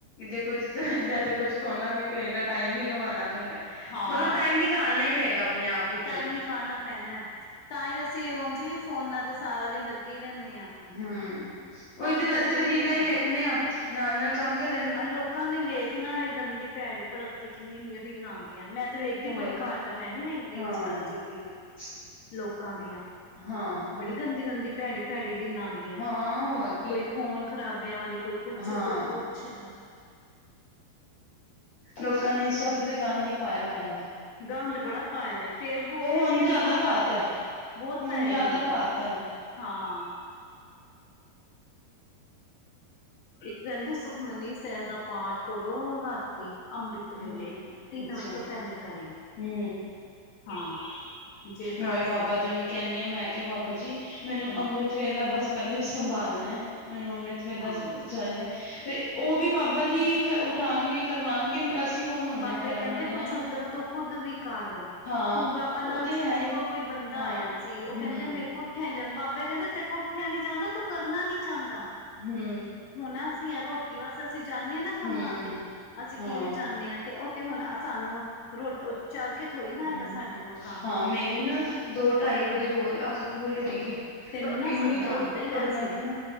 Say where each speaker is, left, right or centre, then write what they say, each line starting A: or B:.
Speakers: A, on the left (about 55°); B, on the left (about 80°).
A: ਜੇ ਕੁੱਛ ਚਾਹੀਦਾ, ਤੇ ਕੁੱਛ ਕਣਾ ਵੀ ਪਏਗਾ ਟਾਈਮ ਵੀ ਕਮਉਣਾ ਪਏਗਾ
B: ਹਾਂ
A: ਮਤਲਬ ਟਾਈਮ ਨੀ। ਗੱਲਣਾ ਪਏਗਾ ਆਪਣੇ ਆਪ ਵਿੱਚ
B: ਟਾਈਮ ਨਿਕਾਲਣਾ ਪੈਣਾ ਤਾਂ ਹੀ, ਅਸੀਂ ਉਝ ਵੀ ਫੋਨਾਂ ਤੇ ਸਾਰਾ ਦਿਨ ਲੱਗੇ ਹੀ ਰਹਿੰਦੇ ਹਾਂ।
A: ਹੂੰ
B: ਕੰਮ
A: ਉਹੀ ਤੇ
B: ਕਰਦੇ
A: ਵੈਸੇ ਵੀ
B: ਰਹਿੰਦੇ
A: ਰੀਲਾਂ ਹੀ
B: ਹਾਂ
A: ਵੇਖਣੇ, ਆ ਨਾਲ ਨਾਲ ਕੰਮ ਕਰ।
B: ਆਹ ਲੋਕਾਂ ਨੂੰ ਵੇਖਣਾ ਵਾ ਗੰਦੀ ਭੈੜੀ ਪੜੱਤੀ ਕਿੰਨੀ ਰੀਲਾਂ ਆਉਂਦੀਆਂ, ਮੈਂ ਤੇ ਵੇਖਦੀ
A: ਹੋਰ
B: ਬੜੀ
A: ਕੀ
B: ਘੱਟ ਤਾਂ ਮੈਂ ਨੀ ਵੇਖਦੀ
A: ਹਾਂ,
B: ਇੰਸਟਾ ਚਟੀ ਵੀ,
A: <unintelligible>
B: ਲੋਕਾਂ ਦੀਆਂ
A: ਹਾਂ,
B: ਬੜੀ ਗੰਦੀ ਗੰਦੀ ਭੈੜੀ ਭੈੜੀ ਵੀ ਲਾਂਉਂਦੀ।
A: ਹਾਂ ਹੋਰ ਕੀ
B: ਕੋਈ ਖੂਨ ਖ਼ਰਾਬਿਆਂ ਵਾਲੀ ਕੋਈ ਕੁਛ
A: ਹਾਂ
B: ਕੋਈ ਕੁ ਅੱਛਾ,
A: ਲੋਕਾਂ ਨੇ ਇੰਸਟਾ ਤੇ ਗੰਦ ਹੀ ਪਾਇਆ ਹੋਇਆ ਵਾ,
B: ਗੰਦ ਬੜਾ, ਪਏ ਦਾ ਫੇਸਬੁੱਕ ਤੇ
A: ਹੁਣ
B: ਵੀ
A: ਜ਼ਿਆਦਾ
B: ਦੋਨਾਂ
A: ਪਾਤਾ
B: ਤੇ ਬਹੁਤ
A: ਹੁਣ
B: ਪਏ
A: ਜ਼ਿਆਦਾ
B: ਗ ਹੁੰਦੇ
A: ਪਾਤਾ
B: ਆ।
A: ਹੈ
B: ਹਾਂ, ਇੱਕ ਕਹਿੰਦੇ ਸੁਖਮਨੀ ਸਹਿ ਦਾ ਪਾਠ ਕਰੋ। ਅੰਮ੍ਰਿਤ ਵੇਲੇ
A: ਹੂੰ।
B: ਤਿੰਨ
A: ਅੱਛਾ
B: ਵਜੇ ਤੋਂ ਪਹਿਲੇ, ਪਹਿਲੇ
A: ਹੂੰ,
B: ਹਾਂ, ਜੇ
A: ਮੈਂ
B: ਕਰ
A: ਉਹੀ ਬਾਬਾ ਜੀ ਨੂੰ ਕਹਿੰਦੀ ਆ, ਮੈਂ ਕਿਹਾ ਬਾਬਾ ਜੀ ਮੈਨੂੰ
B: ਹਮ
A: ਅੰਮ੍ਰਿਤ ਵੇਲਾ ਬਸ ਪਹਿਲੇ ਚ ਸੰਭਾਲਣਾ ਐ, ਮੈਨੂੰ ਅੰਮ੍ਰਿਤ ਵੇਲਾ
B: ਹਾਂ
A: ਚ ਚਾਹੀਦਾ ਐ ਪਰ ਉਹ ਵੀ ਬਾਬਾ ਜੀ, ਉਠਾਉਣਗੇ ਕਰਵਾਉਣਗੇ ਅਸੀਂ ਕੌਣ ਹੁੰਦੇ
B: ਬਾਬੇ
A: ਹਾਂ ਕਰਨ
B: ਕਹਿੰਦੇ
A: ਵਾਲੇ
B: ਕੁਛ
A: ਹਨਾ
B: ਉਦਮ ਤੋਂ ਖੁੱਦ ਵੀ ਕਰ, ਹੁਣ
A: ਹਾਂ
B: ਬਾਬਾ ਬਾਬਾ
A: ਉਹ
B: ਨਾਨ
A: ਤੇ
B: ਸਿੰਘ
A: ਹੈ
B: ਜੀ
A: ਹੀ
B: ਕੋਲ ਕੋਈ ਬੰਦਾ
A: ਹਾਂ
B: ਆਇਆ ਸੀ, ਉਹ
A: ਹਮ
B: ਕਹਿੰਦੇ ਮੇਰੇ ਕੋਲ ਉੱਠਿਆ ਜਾਂਦਾ, ਬਾਬੇ ਕਹਿੰਦਾ ਤੇ ਕੋ ਉੱਠਿਆ ਨੀ ਜਾਂਦਾ ਤੂੰ ਕਰਨਾ ਨੀ ਚੁੰਦਾ।
A: ਹੂੰ
B: ਹੁਣ ਅਸੀਂ ਆ ਰੋਟੀ ਵਾਸਤੇ ਅਸੀਂ ਜਾਂਦੇ ਆ ਨਾ ਕੰਮਾਂ
A: ਹਮ
B: ਤੇ, ਅਸੀਂ
A: ਹਾਂ
B: ਕਿਵੇਂ ਜਾਂਦੇ ਐ ਤੇ ਉਹ ਤੇ ਹੁਣ ਸਾਨੂੰ ਰੋ ਚੱਲ ਕੇ ਥੋੜ੍ਹੀ ਨਾ
A: ਹੂੰ
B: ਹੈਗਾ ਸਾਡੇ ਕੋਲ ਕੰਮ
A: ਹਾਂ, ਮੇਰੀ ਨਾ ਦੋ ਢਾਈ ਵਜੇ ਰੋਜ਼ ਅੱਖ ਭੁੱਲ ਰਹੀਏ,
B: ਤੈਨੂੰ
A: ਪਰ
B: ਨਾ
A: ਇੰਨੀ
B: ਸੱਦਾ
A: ਉਹ
B: ਆਉਂਦਾ ਹੀ
A: ਪਰ
B: ਵੈਸੇ
A: ਮੈਨੂੰ ਨਾ